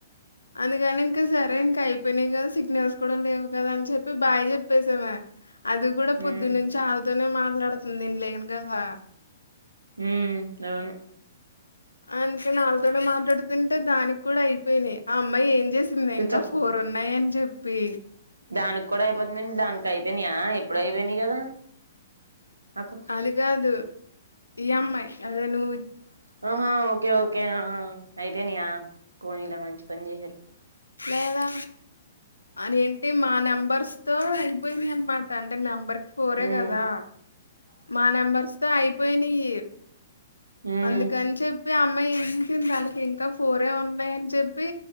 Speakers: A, on the left; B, on the right.
A: అను కానింక సరే ఇంక అయిపోయినాయి కదా సిగ్నల్స్ కూడా లేవు కదా అని చెప్పి బాయ్ చెప్పేసా మే అది కూడా
B: ఉమ్
A: పొద్దునుంచి ఆ తోనే మాట్లాడుతుంది నేను లేను కదా
B: మ్మ్ అవును
A: అందుకని వాళ్ళతోనే మాట్లాడుతుంటే దానికి కూడా అయిపోయినాయి ఆ అమ్మాయి ఏం చేసింది
B: కూర్చో
A: ఇంకా ఫోర్ ఉన్నాయి అని చెప్ ప్పి
B: దానికి కూడా అయిపోతుంది మ దానికి అయిపోయింది యా ఎప్పుడయిపోయినా కదా అక్క కూర్చో
A: అది కాదు ఈ అమ్మాయి అదేను
B: ఆహా ఓకే ఓకే అయిపోయినయా పోనీలా మంచి పని చేసారు
A: లేదా అది ఏంటి మా నెంబర్స్ తో అయిపోయిందియి అన్నమాట అంటే నెంబర్ ఫోర్రే
B: ఉమ్
A: కదా మా నెంబర్స్ తో అయిపోయినాయి
B: ఉమ్
A: అందుకని చెప్ చెప్పి అమ్మాయి ఏంచింది తనకి ఇంకా ఫోరే ఉన్నాయని చెప్పి